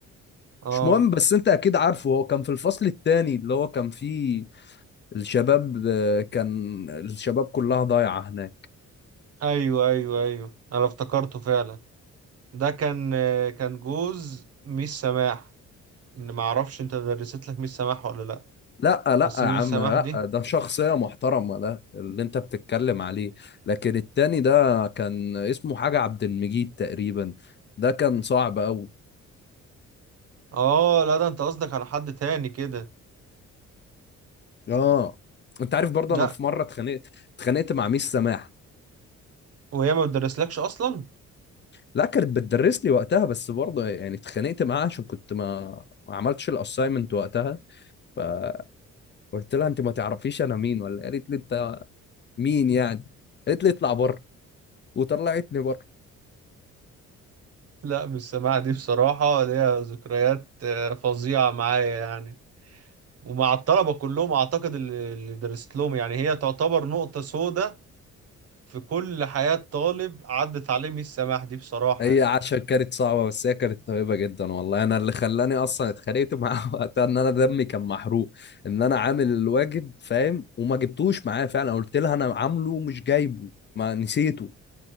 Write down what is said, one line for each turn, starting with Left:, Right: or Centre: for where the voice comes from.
Right: اه
Left: مش مهم بس انت اكيد عارفه هو كان في الفصل التاني اللي هو كان فيه الشباب آه، كان الشباب كلها ضايعة هناك
Right: ايوه ايوه ايوه انا افتكرته فعلا ده كان آه، كان جوز ميس سماح ان ما اعرفش انت درست لك ميس سماح ولا لا
Left: لا لا
Right: بس
Left: يا
Right: ميس
Left: عم
Right: سماح
Left: لا
Right: دي
Left: ده شخصية محترمة ده اللي انت بتتكلم عليه لكن التاني ده كان اسمه حاجة عبد المجيد تقريبا ده كان صعب قوي
Right: اه لا ده انت قصدك على حد تاني كده
Left: اه انت عارف برضه
Right: لا
Left: انا في مره اتخانقت اتخانقت مع ميس سماح
Right: وهي ما بتدرسلكش اصلا
Left: لا كانت بتدرس لي وقتها بس برضه يعني اتخانقت معاها عشان كنت ما ما عملتش الاساينمنت وقتها فقلت لها انت ما تعرفيش انا مين ولا قالت لي انت مين يعني قالت لي اطلع بره وطلعتني بره
Right: لا ميس سماح دي بصراحة ليها ذكريات آه، فظيعة معايا يعني ومع الطلبة كلهم اعتقد اللي اللي درست لهم يعني هي تعتبر نقطة سوداء في كل حياة طالب عدت عليه ميس سماح دي بصراحة
Left: هي
Right: يعني.
Left: عشان كانت صعبه بس هي كانت طيبه جدا والله انا اللي خلاني اصلا اتخانقت معاها <laughs> وقتها ان انا دمي كان محروق ان انا عامل الواجب فاهم وما جبتوش معايا فعلا قلت لها انا عامله مش جايبه ما نسيته